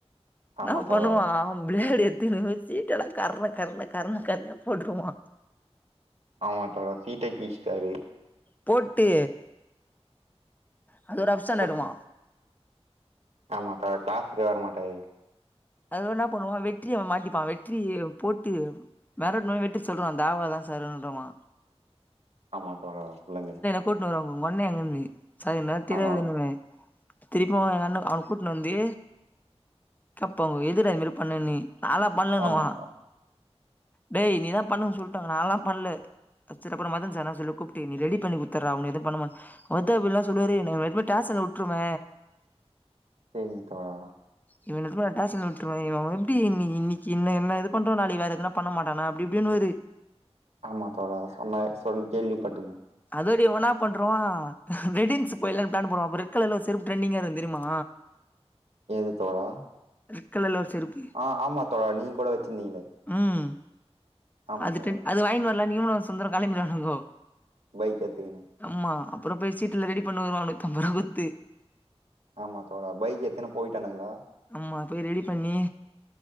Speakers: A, on the right (about 75°); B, on the left (about 15°).
A: ஆமா
B: ன்னா
A: தோழா
B: பண்ணுவா பிளேடு எத்துனு சீட்டலா கரண கரண கரண கரணையா போட்டுருவா
A: ஆமா தா சீட்ட கிழிச்ட்டாரு
B: போட்டி அது ஒரு அப்ஷன்டாயிடுவா
A: சொல்லுங்க ஆமா தோ கிளாஸுக்கு வர மாட்டே
B: அதுன்னா பண்ணுவா வெற்றிய அவ மாட்டிப்பா வெற்றிய போட்டு மெரட்னோன வெற்றி சொல்றுவா தேவா தா சாருன்றமா
A: ஆமாபா புள்ளைங்க
B: கூப்ட்டு வருவாங்க மண்ணு எங்கனு சரி நா தெரியாதுன்னுமே
A: ஆமா
B: திருப்பியு எங்க அண்ண அங்க கூட்னு வந்து இப்பங்க எதிர அது மாரி பண்ண நீ நால்லா பண்ணலணுவா
A: ஆமா தோழா
B: டேய் நீதா பண்ணுன்னு சொல்டாங்க நான்லா பண்ல சரி அப்புற மதன் சார்னா சொல்லு கூப்ட்டு நீ ரெடி பண்ணி குத்துர்றா ஒன்ன எது பண்ண மாட் ஒத அப்பல்லா சொல்லுவாரு என்ன வேணுனா டேசன்ல வுட்ருவ
A: சரிங் தவறா
B: இவனுக்லா டேஸ் சன்ல விட்டுரு எப்டி இன்னி இன்னிக்கி என்ன என்ன இது பண்றோ நாளைக்கு வேற எதன பண்ண மாட்டானா அப்டி இப்டினுவாரு
A: ஆமா தோழா சொன்ன சொன் கேள்வி பட்ருந்த
B: அதோடி இவ என்னா பண்றுவா ரெடின்ஸ் போயலா பிளான் போடுவ அப்ப ரெட் கலர்ல ஒரு செருப்பு ட்ரென்டிங்கா இருந்து தெரிமா
A: எது தோழா
B: ரெட் கலர்ல ஒரு செருப்பு
A: ஆ ஆமா தோழா நீங்க கூட வச்சிருந்தீங்களே
B: ம்
A: ஆமா
B: அது
A: தோழா
B: ட்ரெண் அது வாங்கினு வரலா இவனுக்கு சுந்தரு கெளம்பிடுவானுங்கோ
A: பைக் எத்துக்குன்னு
B: ஆமா அப்புற போய் சீட்டுலா ரெடி பண்ணு வருவா நூன்னுத்தம்பரூவா குடுத்து
A: ஆமா தோழா பைக் எத்துன்னு போயிட்டானுங்களா
B: ஆமா போய் ரெடி பண்ணி